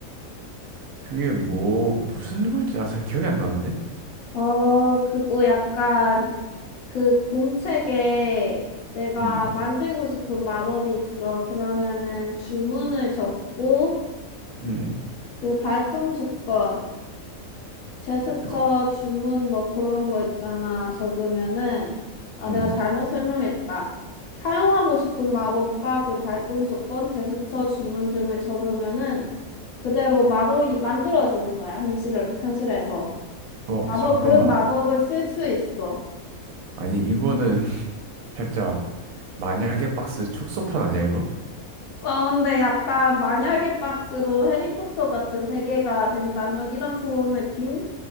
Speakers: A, on the right (about 75°); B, on the left (about 80°).
A: 그게 뭐 무슨 글지 나 잘 기억이 안 나는데.
B: 어, 그거 약간 그 공책에 내가
A: 음.
B: 만들고 싶은 마법이 있어. 그러면은 주문을 적고
A: 음.
B: 그 발동 조건, 제스처,
A: 어,
B: 주문 뭐 그런 거 있잖아. 적으면은 아
A: 음.
B: 내가 잘못 설명했다. 사용하고 싶은 마법과 그 발동 조건, 제스처, 주문 등을 적으면은 그대로 마법이 만들어지는 거야. 현실 현실에서.
A: 어,
B: 마법
A: 잠깐만.
B: 그 마법을 쓸 수 있어.
A: 아니, 이거는 <laughs> 살짝 만약에 박스 축소판 아니야, 이거?
B: 어, 근데 약간 만약에 박스로 해리포터 같은 세계가 된다면 이런 소원을 빈?